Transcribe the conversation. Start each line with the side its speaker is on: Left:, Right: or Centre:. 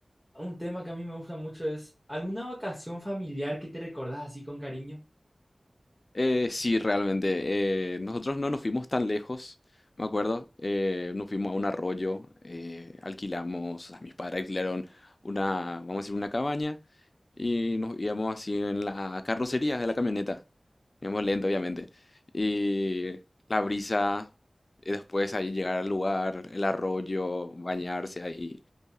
Centre: Un tema que a mí me gusta mucho es alguna vacación familiar que te recordás así con cariño.
Left: Eh, sí, realmente. eh, nosotros no nos fuimos tan lejos, me acuerdo. eh, nos fuimos a un arroyo, eh, alquilamos, o sea, mis padres alquilaron una, vamos a decir, una cabaña y nos íbamos así en la carrocería de la camioneta. Íbamos lento, obviamente. Y la brisa, y después ahí llegar al lugar, el arroyo, bañarse ahí.